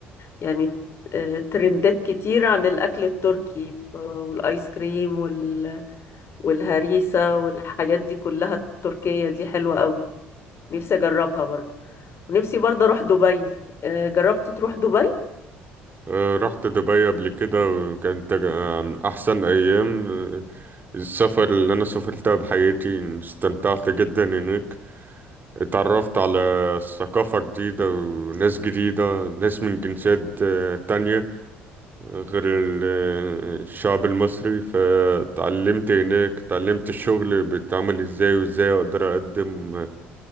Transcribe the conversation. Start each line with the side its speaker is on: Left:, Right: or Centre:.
Left: يعني آه، ترندات كتير عن الأكل التركي آه، والآيس كريم وال... والهريسة والحاجات دي كلها التركية دي حلوة قوي نفسي أجربها برضو ونفسي برضو أروح دبي آه، جربت تروح دبي؟
Right: آه، رحت دبي قبل كده وكانت تج- عن احسن ايام آه، السفر اللي انا سافرتها بحياتي استمتعت جدا هناك اتعرفت على ثقافة جديدة وناس جديدة ناس من جنسيات آه، تانية غير ال- الشعب المصري فتعلمت هناك تعلمت الشغل بيتعمل ازاي وازاي اقدر اقدم